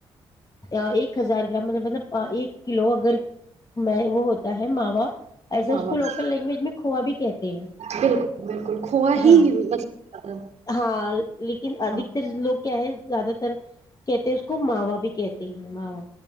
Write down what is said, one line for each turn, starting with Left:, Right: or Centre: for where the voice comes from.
Left: ایک ہزار گرام مطلب ایک کلو اگر میں وہ ہو ہے ماوا ایسا
Right: واہ
Left: اس
Right: واہ
Left: کو لوکل لینگویج میں کوا بھی کہتے ہیں
Right: بالکل بالکل کھووا
Left: ہاں
Right: ہی مطلب
Left: ہاں لیکن ادکتر
Right: ہاں
Left: لوگ کیا ہے زیادہ تر کہتے ہیں اس کو ماں باپ بھی کہتے ہیں ماوا